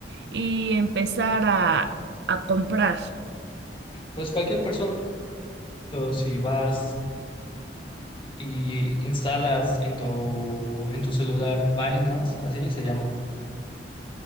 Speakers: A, on the right; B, on the left.
A: y empezar a, a comprar.
B: Pues cualquier persona, o si vas y instalas en tu, en tu celular Binance, así se llama